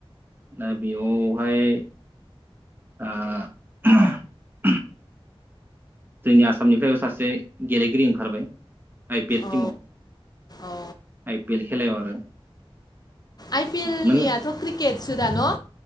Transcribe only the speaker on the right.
दा बेयावहाय ओ जोंनि आसामनिफ्रायबो सासे गेलेगिरि ओंखारबाय आइ पि एल
टिमाव
आइ पि एल खेलायाव आरो
नोङो